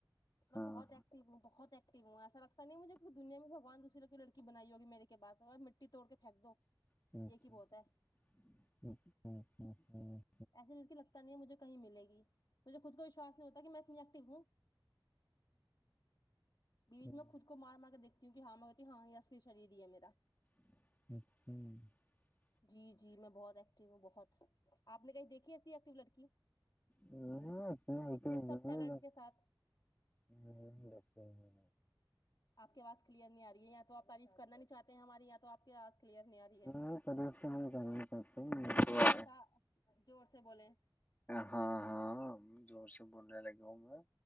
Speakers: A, on the left; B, on the left.
A: میں
B: ہاں
A: بہت ایکٹیو ہوں بہت ایکٹو ہوں ہے ایسا لگتا نہیں مجے کی کہ دنیا میں بھگوان نے دوسری کوئی لڑی بنائی ہوگی میرے کے بعد مٹی توڑ کے پھینک دو
B: <inaudible>
A: ایک ہی بہت ہے ایسے دل سے لگتا نہیں مجھے کہیں ملے گی مجھے خود کو وشواس نہیں ہوتا کہ میں اتنی ایکٹو ہوں بیچ
B: ہ
A: میں خود کو مار مار کے دیکھتا کیونک ہاں میں کہتی ہاں یہ اصلی شری ہی ہے میرا
B: <inaudible>
A: جی جی میں بہت ایکٹو ہوں بہت آپ نے کہیں دیکھیتی ایکٹیو لڑکی
B: نہیں، اپنے اوپر
A: اتنے
B: نہیں
A: سب ٹیلنٹ
B: لگتے
A: کے ساتھ
B: نہیں لگتے ہیں۔
A: آپ کی اواز کلیئر نہیں آ رہی ہے یا توپ تعریف کرنا نہیں چاہتے ہیں ہماری یا تو آپ کےا کلیئر نہیں آ رہی ہے
B: ہاں پرہیز تو ہم کرنا چاہتے ہیں،
A: نہیں
B: میرے
A: آپ
B: کو
A: تھوڑا سا زور سے بولیں
B: ہاں ہاں زور سے بولنے لگا ہوں میں